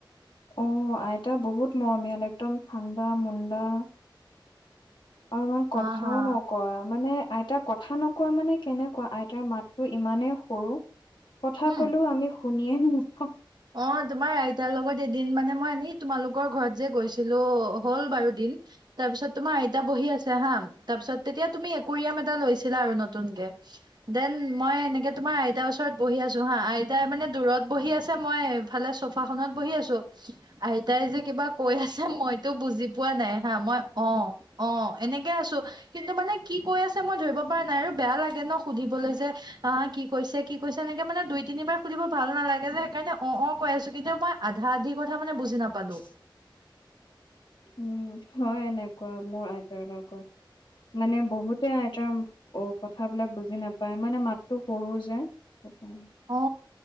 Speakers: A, on the left (about 65°); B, on the right (about 55°).
A: অ আইতা বহুত মৰমীয়াল একদম ঠাণ্ডা মুণ্ডা- আৰু ইমান কথাও
B: হা হা
A: নকয় মানে আইতাক- কথা নকোৱা মানে কেনেকুৱা আইতাৰ মাতটো ইমানেই সৰু কথা।
B: উম
A: কলেও আমি শুনিয়ে নেপাও
B: অ তোমাৰ আইতাৰ লগত এদিন মানে মই এনেই তোমালোকৰ ঘৰত যে গৈছিলো হ'ল বাৰু দিন তাৰপিছত তোমাৰ আইতা বহি আছে হা তাৰপিছত তেতিয়া তুমি একুৰিয়াম এটা লৈছিলা আৰু নতুনকে দেন মই এনেকে তোমাৰ আইতাৰ ওচৰত বহি আছো হা আইতাই মানে দূৰত বহি আছে। ছে মইফালে চোফা খনত বহি আছো। আইতাই যে কিবা কৈ আছে মইতো বুজি পোৱা নাই। হা মই অ অ এনেকে আছো কিন্তু মানে কি কৈ আছে মই ধৰিব পৰা নাই আৰু বেয়া লাগে ন সুধিবলৈ যে- অ কি কৈছে কি কৈছে এনেকে মানে দুই তিনিবাৰ সুধিব ভাল নালাগে যে। সেইকাৰণে অ অ কৈ আছো কিতিয়া মই আধা আধি কথা মানে বুজি নাপালো।
A: চিক- উম হয় এনেকুৱা মোৰ আইতাৰ লগত মানে বহুতে আইতাৰ- অ কথাবিলাক বুজি নাপায় মানে মাতো সৰু যে সেইকাৰণে
B: অ